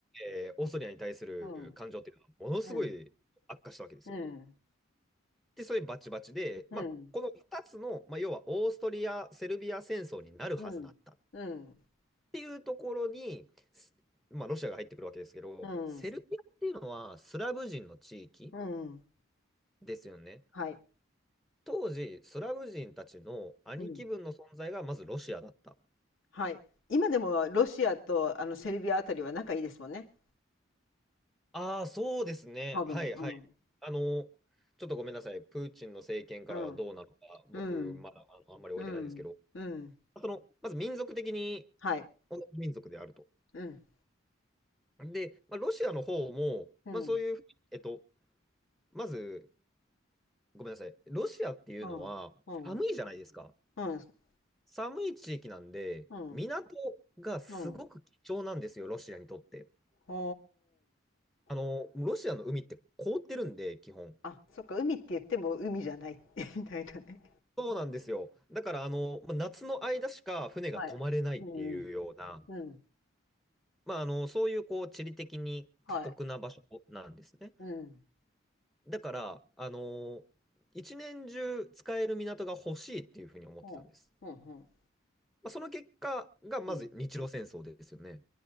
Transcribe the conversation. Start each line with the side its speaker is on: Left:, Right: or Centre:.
Centre: えーオーストリアに対する感情っていうのはものすごい悪化したわけですよ。
Left: うん、うん、うん、
Centre: で、それバチバチで、
Left: うん、
Centre: まあ、この2つの、まあ、要はオーストリア・セルビア戦争になるはずだったっ
Left: うん、うん、
Centre: ていうところに、すまあ、ロシアが入ってくるわけですけど、
Left: うん、
Centre: セルビアっていうのはスラブ人の地域
Left: うん。
Centre: ですよね。
Left: はい。
Centre: 当時、スラブ人たちの兄貴分の存在がまずロシアだった。
Left: うん、はい。今でもロシアとあのセルビアあたりは仲いいですもんね。
Centre: ああ、そうですね。
Left: 多分。
Centre: はいはい。
Left: うん。
Centre: あの、ちょっとごめんなさい。プーチンの政権からはどうなのか、
Left: うん。
Centre: 僕、
Left: うん。
Centre: まだあの、あんまり置いてないんですけど、
Left: うん。うん。
Centre: その、まず民族的に
Left: はい。
Centre: 同じ民族であると。
Left: うん。
Centre: で、まあ、ロシアの方も、
Left: うん。
Centre: まあ、そういうふうに、えっと、まず、ごめんなさい。ロシアっていうのは、
Left: うん。うん。
Centre: 寒いじゃないですか。
Left: うん。
Centre: 寒い地域なんで、
Left: うん。
Centre: 港がすごく貴重なんですよ、
Left: うん。
Centre: ロシアにとって。
Left: お
Centre: あの、
Left: ー。
Centre: ロシアの海って凍ってるんで、基本。
Left: あ、そっか、海って言っても海じゃない <laughs> みたいなね。
Centre: そうなんですよ。だから、あの、まあ夏の間しか船が泊まれないっていうような、
Left: はい。うんうん。うん。
Centre: まあ、あの、そういう、こう、地理的に過酷な場所なんですね。
Left: はい。うん。
Centre: だから、あの、一年中使える港が欲しいっていうふうに思ってたんです。
Left: ほう。うん、うん。
Centre: まあ、その結果が、まず日露戦争ですよね。
Left: うん。